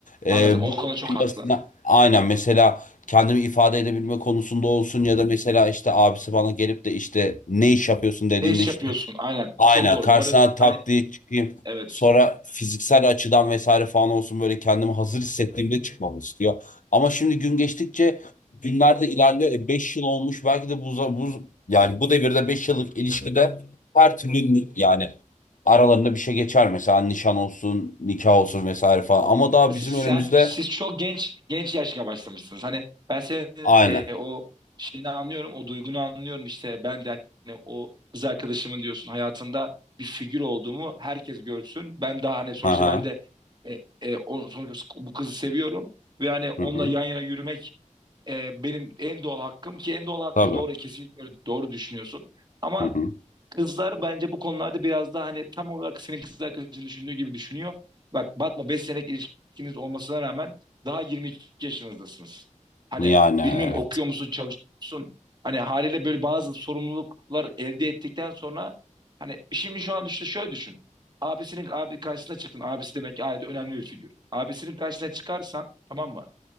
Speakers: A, on the left (about 75°); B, on the right (about 35°).
A: e,
B: Anladım. O
A: bu
B: konuda çok
A: en
B: haklı.
A: basitinden aynen mesela kendimi ifade edebilme konusunda olsun ya da mesela işte abisi bana gelip de işte ne iş yapıyorsun dediğimde
B: Ne iş
A: işte
B: yapıyorsun? Aynen.
A: Aynen
B: Çok doğru.
A: karşısına
B: Bu arada
A: tak
B: hani
A: diye çıkayım.
B: evet.
A: Sonra fiziksel açıdan vesaire falan olsun böyle kendimi hazır hissettiğimde çıkmamı istiyor. Ama şimdi gün geçtikçe günler de ilerliyor. E, 5 yıl olmuş belki de bu, bu yani bu devirde 5 yıllık ilişkide her türlü yani aralarında bir şey geçer mesela nişan olsun, nikah olsun vesaire falan. Ama daha
B: Sen
A: bizim önümüzde
B: siz çok genç genç yaşta başlamışsınız. Hani ben senin
A: aynen.
B: e, o şeyini anlıyorum. O duygunu anlıyorum işte. Ben de hani o kız arkadaşımın diyorsun hayatında bir figür olduğumu herkes görsün. Ben daha hani sonuçta
A: Aha.
B: ben de e, e, o, sonuçta bu kızı seviyorum ve hani onunla
A: Hı hı.
B: yan yana yürümek e, benim en doğal hakkım ki en doğal hakkım
A: Tabii.
B: doğru kesinlikle doğru düşünüyorsun. Ama
A: Hı hı.
B: Kızlar bence bu konularda biraz daha hani tam olarak senin kız arkadaşın düşündüğü gibi düşünüyor. Bak bakma 5 senelik ilişkiniz olmasına rağmen daha 22 yaşınızdasınız. Hani
A: Yani evet.
B: bilmiyorum okuyor musun, çalışıyor musun? Hani haliyle böyle bazı sorumluluklar elde ettikten sonra hani şimdi şu an işte şöyle düşün. Abisinin abi karşısına çıktın. Abisi demek ki ailede önemli bir figür. Abisinin karşısına çıkarsan tamam mı?